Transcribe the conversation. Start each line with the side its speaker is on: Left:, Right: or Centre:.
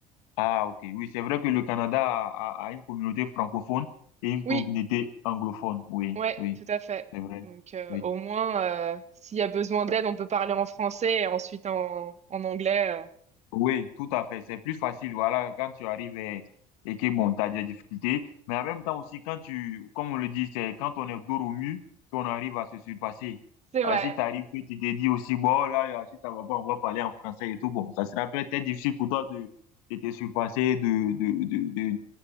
Left: Ah, ok. Oui, c'est vrai que le Canada a, a- a une communauté francophone et une
Right: Oui,
Left: communauté anglophone. Oui,
Right: ouais,
Left: oui,
Right: tout à fait.
Left: c'est vrai.
Right: Donc heu,
Left: Oui.
Right: au moins, heu, s'il y a besoin d'aide, on peut parler en français et ensuite en en anglais, heu.
Left: Oui, tout à fait. C'est plus facile, voilà, quand tu arrives et, et que, bon, tu as des difficultés. Mais en même temps aussi, quand tu, comme on le dit, c'est quand on est dos au mur qu'on arrive à se surpasser.
Right: C'est vrai.
Left: Ah, si tu arrives que tu te dis aussi, bon, là, euh, si ça va pas, on va parler en français et tout, bon, ça sera peut-être difficile pour toi de, de te surpasser, de, de, de, de,